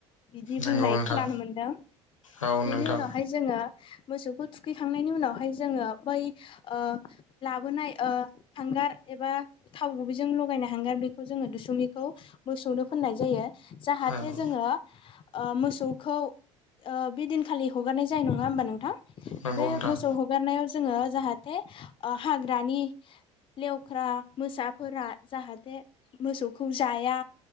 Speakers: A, on the left (about 30°); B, on the left (about 80°).
A: बिदि बुंनाय
B: नंगौ नोंथां
A: खोनानो मोनदों।
B: औ
A: बेनि
B: नोंथां
A: उनावहाय जोङो। मोसौखौ थुखैखांनायनि उनावहाय जोङो बै ओ लाबोनाय ओ हांगार एबा थाव गुबैजों लगायनाय हांगार बेखौ जोङो दुसुमिखौ मोसौनो फोननाय जायो! जाहाथे
B: नंगौ
A: जोङो ओ मोसौखौ ओ बेदिनखालि हगारनाय जायो नङा होमबा नोंथां
B: नंगौ
A: बे
B: नोंथां
A: मोसौ हगारनायाव जोङो जाहाथे ओ हाग्रानि लेवख्रा मोसाफोरा जाहाथे मोसौखौ जाया